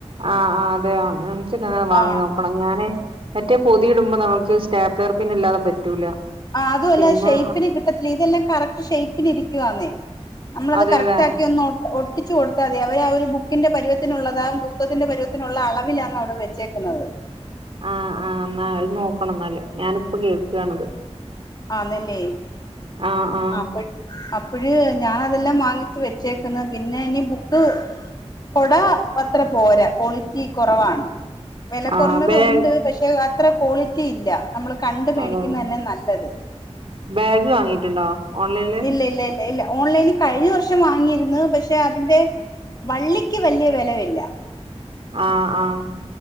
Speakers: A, on the right; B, on the left.
A: ആഹ് ആഹ് അതെയോ എൻച്ച് ന്നാന്ന് വാങ്ങി
B: ആ
A: നോക്കണം ഞാന് മറ്റേ പൊതി ഇടുമ്പോ നമുക്ക് സ്റ്റാപ്പ്ലർപ്പിന്ന് ഇല്ലാതെ പറ്റൂല
B: ആഹ് അതുഅല്ല
A: പിന്നെ
B: ഷേയ്പ്പിന് കിട്ടത്തില്ല ഇതെല്ലാം കറക്റ്റ് ഷേ്യ്പ്പിന് ഇരിക്കുവാന്നേ നമ്മളത്
A: അതെല്ലേ
B: കറക്റ്റ് ആക്കി ഒന്നോ ഒട്ടിച്ചു കൊടുത്താൽ മതി അവര് ആ ഒരു ബുക്കിന്റെ പരുവത്തിനുള്ളതാ പുസ്തകത്തിന്റെ പരുവത്തിനുള്ള അളവിലാാണ് അവിടെ വെച്ചേക്കുന്നത്
A: ആഹ് ആഹ എന്ന അത് നോക്കണം എന്നല്േ ഞാനിപ്പോ കേൾക്കാണത്
B: ആന്നല്ലേ
A: ആഹ് ആഹ്
B: അപ്പ അപ്പഴ് ഞാൻ അതെല്ലാം വാങ്ങിച്ച് വെച്ചേക്കുന്ന പിന്നെ ഇനി ബുക്ക് കൊട അത്ര പോരാ ക്വാളിറ്റി കുറവാണ് വെല
A: ആഹ്
B: കുറഞ്ഞത്
A: ബാഗ്
B: ഉണ്ട് പക്ഷെ അത്ര ക്വാളിറ്റി ഇല്ല നമ്മള് കണ്ട് മേടിക്കുന്ന
A: അതെ
B: തന്നെ നല്ലത്
A: ബാഗ് വാങ്ങിയിട്ടുണ്ടോ ഓൺലൈന്
B: ഇല്ല ഇല്ല ഇല്ല ഇല്ല ഓൺലൈനിൽ കഴിഞ്ഞ വർഷം വാങ്ങിയിരുന്നു പക്ഷെ അതിന്റെ വള്ളിക്ക് വലിയ വെലയില്ല
A: ആഹ് ആഹ്